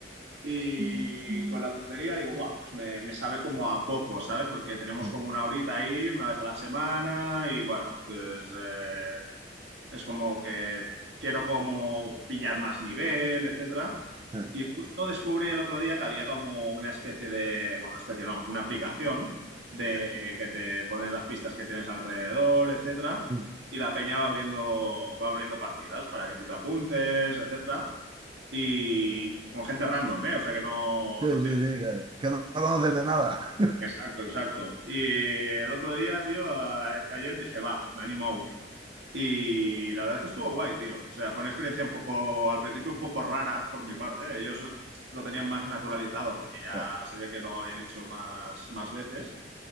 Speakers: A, on the right; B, on the right.
A: Y
B: Mm, mm.
A: con la tontería digo, guau, pues me, me sabe como a poco, ¿sabes? Porque tenemos
B: mm,
A: como una horita ahí, una vez a la semana, y bueno, pues eh, es como que quiero como pillar más nivel, etcétera.
B: ah,
A: Y justo descubrí el otro día que había como una especie de, bueno, especie no, una aplicación de que te pone las pistas que tienes alrededor, etcétera,
B: mm.
A: y la peña va abriendo, va abriendo partidas para que tú te apuntes, etcétera, y con gente random, ¿eh? O sea que no,
B: sí,
A: no tiene...
B: sí, sí, que, que no la conoces de nada. <laughs>
A: Exacto, exacto. Y el otro día, tío, a- ayer dije, va, me animo a una. Y la verdad es que estuvo guay, tío. O sea, fue una experiencia un poco, al principio un poco rara por mi parte. Ellos lo tenían más naturalizado porque ya
B: Ah,
A: se ve que lo habían hecho más, más veces.